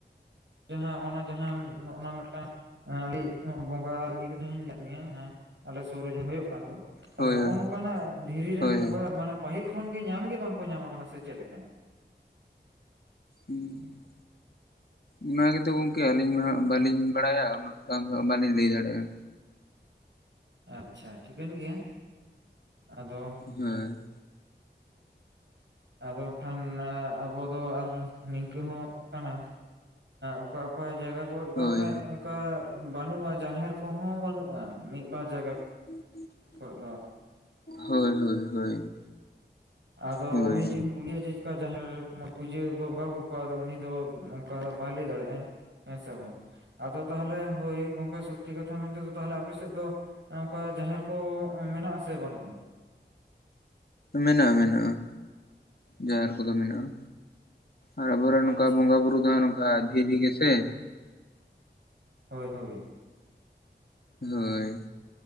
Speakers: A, on the right (about 90°); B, on the left (about 60°).
A: ᱡᱟᱦᱟᱸ ᱚᱱᱟ ᱡᱟᱦᱟᱸ ᱱᱚᱜ ᱚᱱᱟ ᱢᱤᱫᱴᱟᱝ ᱦᱮᱸ ᱟᱞᱤᱡ ᱵᱚᱸᱜᱟ ᱤᱫᱤ ᱠᱟᱛᱮᱜ ᱦᱚᱧ ᱞᱟᱹᱭᱟᱫ ᱢᱮᱭᱟ ᱦᱮᱸ ᱟᱞᱮ ᱥᱩᱨ ᱨᱮ ᱡᱟᱦᱟᱸ ᱦᱩᱭᱩᱜ ᱠᱟᱱ ᱫᱚ ᱟᱫᱚ
B: ᱦᱳᱭ
A: ᱦᱚᱜᱼᱚ
B: ᱦᱳᱭ
A: ᱱᱚᱝᱠᱟᱱᱟᱜ ᱫᱷᱤᱨᱤ ᱨᱮᱱ
B: ᱦᱳᱭ
A: ᱵᱚᱸᱜᱟ ᱢᱟᱱᱮ ᱯᱟᱹᱦᱤᱞ ᱠᱷᱚᱱᱜᱮ ᱧᱟᱢᱜᱮ ᱵᱟᱝᱠᱚ ᱧᱟᱢ ᱟᱠᱟᱱᱟ ᱥᱮ ᱪᱮᱫ ᱞᱮᱠᱟ
B: ᱦᱮᱸ ᱚᱱᱟ ᱜᱮᱛᱚ ᱜᱚᱝᱠᱮ ᱟᱹᱞᱤᱧ ᱢᱟ ᱦᱟᱜ ᱵᱟᱹᱞᱤᱧ ᱵᱟᱲᱟᱭᱟ ᱩᱱᱟᱹᱜ ᱜᱟᱱ ᱫᱚ ᱦᱟᱸᱜ ᱵᱟᱞᱤᱧ ᱞᱟᱹᱭ ᱫᱟᱲᱮᱭᱟᱜᱼᱟ
A: ᱟᱪᱪᱷᱟ ᱴᱷᱤᱠᱟᱹᱱ ᱜᱮᱭᱟ ᱟᱫᱚ
B: ᱦᱮᱸ
A: ᱟᱫᱚ ᱠᱷᱟᱱ ᱟᱵᱚ ᱫᱚ ᱟᱨ ᱱᱤᱝᱠᱟᱹ ᱦᱚᱸ ᱠᱟᱱᱟ ᱚᱠᱟ ᱚᱠᱟ ᱡᱟᱭᱜᱟ ᱠᱚᱨᱮᱜ ᱫᱚ
B: ᱦᱳᱭ
A: ᱠᱷᱟᱡ ᱚᱱᱠᱟ ᱵᱟᱹᱱᱩᱜᱼᱟ ᱡᱟᱦᱮᱨ ᱠᱚᱦᱚᱸ ᱵᱟᱹᱱᱩᱜᱼᱟ ᱢᱤᱫ ᱵᱟᱨ ᱡᱟᱭᱜᱟ
B: <inaudible>
A: ᱠᱚᱜ ᱫᱚ,
B: ᱦᱳᱭ ᱦᱳᱭ ᱦᱳᱭ
A: ᱟᱫᱚ
B: ᱦᱳᱭ
A: ᱩᱱᱤ ᱡᱩ -ᱭᱟᱜ ᱡᱮᱞᱮᱠᱟ ᱡᱟᱦᱮᱨ ᱨᱮ ᱢᱟ ᱯᱩᱡᱟᱹ ᱠᱚ ᱵᱚᱸᱜᱟ ᱵᱩᱨᱩ ᱠᱚᱜᱼᱟ ᱩᱱᱤ ᱫᱚ ᱚᱱᱠᱟ ᱫᱚ ᱵᱟᱭ ᱞᱟᱹᱭ ᱫᱟᱲᱮᱭᱟᱜᱼᱟ ᱦᱮᱸ ᱥᱮ ᱵᱟᱝ ᱟᱫᱚ ᱛᱟᱦᱚᱞᱮ ᱦᱳᱭ ᱜᱚᱝᱠᱮ ᱥᱚᱛᱛᱤ ᱠᱟᱛᱷᱟ ᱢᱮᱱᱛᱮᱫᱚ ᱛᱟᱦᱚᱞᱮ ᱟᱯᱮᱥᱮᱫ ᱫᱚ ᱚᱱᱠᱟ ᱡᱟᱦᱮᱨ ᱠᱚ ᱢᱮᱱᱟᱜᱼᱟ ᱥᱮ ᱵᱟᱹᱱᱩᱜᱼᱟ
B: ᱢᱮᱱᱟᱜᱼᱟ ᱢᱮᱱᱟᱜᱼᱟ ᱡᱟᱦᱮᱨ ᱠᱚᱫᱚ ᱢᱮᱱᱟᱜᱼᱟ ᱟᱨ ᱟᱵᱚᱨᱮᱱ
A: ᱟᱪᱪᱷᱟ
B: ᱱᱚᱝᱠᱟ ᱵᱚᱸᱜᱟ ᱵᱩᱨᱩ ᱫᱚ ᱱᱚᱝᱠᱟ ᱫᱷᱤᱨᱤ ᱜᱮᱥᱮ
A: ᱦᱳᱭ ᱦᱳᱭ
B: ᱦᱳᱭ